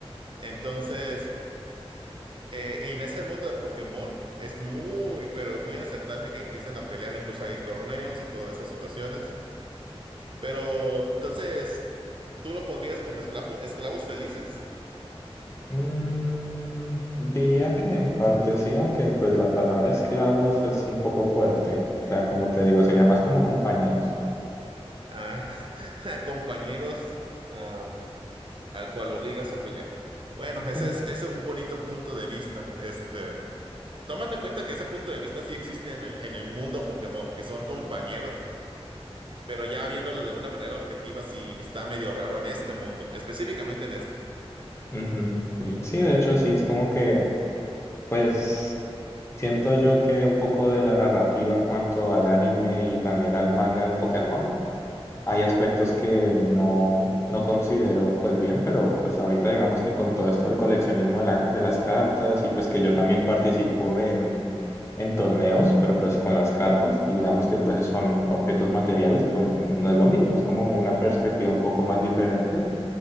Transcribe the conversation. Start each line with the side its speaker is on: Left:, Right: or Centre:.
Right: Entonces, eh, en ese mundo de Pokémon es muy, pero muy aceptable que empiecen a pelear, incluso hay torneos y todas esas situaciones. Pero entonces, ¿tú lo pondrías como esclavo, esclavos felices?
Left: Mm, diría que en parte sí, aunque pues la palabra esclavos es un poco fuerte. O sea, como te digo, sería más como compañeros.
Right: a, <laughs> a compañeros am, al cual obligas a pelear. Bueno, ese
Left: Eh,
Right: es, es un bonito punto de vista. Este, tomando en cuenta que ese punto de vista sí existe en el, en el mundo Pokémon, que son compañeros, pero ya viéndolo de una manera objetiva, sí está medio raro en este mundo, específicamente en este.
Left: ujú, Sí, sí, de hecho sí, es como que pues siento yo que un poco de la narrativa en cuanto al anime y también al manga de Pokémon.
Right: Ujú.
Left: hay aspectos que no, no considero pues bien, pero pues ahorita digamos que con todo esto del coleccionismo de, la- de las cartas y pues que yo también participo en, en torneos, pero pues con las cartas y digamos que pues son objetos materiales, pues no es lo mismo, es como una perspectiva un poco más diferente